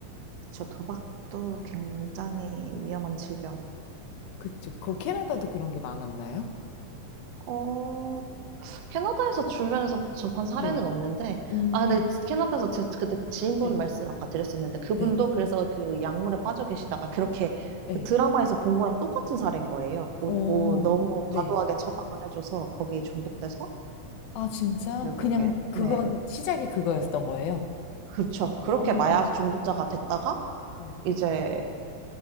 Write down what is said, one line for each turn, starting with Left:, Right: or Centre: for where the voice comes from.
Right: 그쵸. 도박도 굉장히 위험한 질병이에요.
Left: 그쵸. 그 캐나다도 그런 게 많았나요?
Right: 어, 캐나다에서 주변에서 접한 사례는
Left: 네.
Right: 없는데,
Left: 음,
Right: 아, 근데 캐나다에서 제- 그때 지인분
Left: 네.
Right: 말씀 아까 드렸었는데, 그분도
Left: 네.
Right: 그래서 그 약물에 빠져 계시다가 그렇게
Left: 네.
Right: 그 드라마에서 본 거랑 똑같은 사례인 거예요. 오,
Left: 오,
Right: 오, 너무
Left: 네.
Right: 과도하게 처방을 해줘서 거기 중독돼서
Left: 아, 진짜?
Right: 결국에,
Left: 그냥 그건
Right: 네.
Left: 시작이 그거였던 거예요?
Right: 그렇죠. 그렇게
Left: 어,
Right: 마약 중독자가 됐다가
Left: 음.
Right: 이제